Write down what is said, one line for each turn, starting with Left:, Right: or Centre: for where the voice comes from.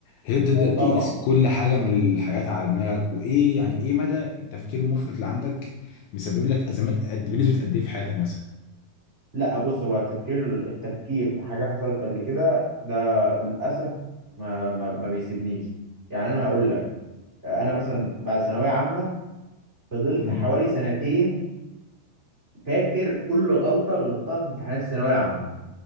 Left: هي تبدأ
Right: آه،
Left: تقيس
Right: طبعا
Left: كل حاجة من الحاجات على دماغك وايه يعني ايه مدى التفكير المفرط اللي عندك مسبب لك ازمات قد بنسبة قد ايه في حياتك مثلا
Right: لا بص هو التفكير التفكير في حاجة حصلت قبل كده ده للأسف ما ما ما بيسيبنيش يعني أنا هقول لك أنا مثلا بعد ثانوية عامة فضلت
Left: امم
Right: حوالي سنتين فاكر كل غلطة غلطتها في امتحانات الثانوية العامة